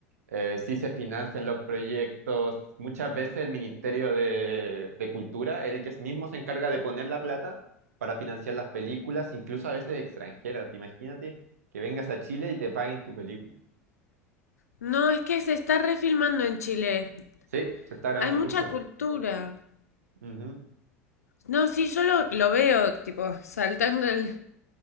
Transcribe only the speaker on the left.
No, es que se está refilmando en Chile.
Hay mucha
cultura.
No, sí, yo lo, lo veo, tipo, saltando el,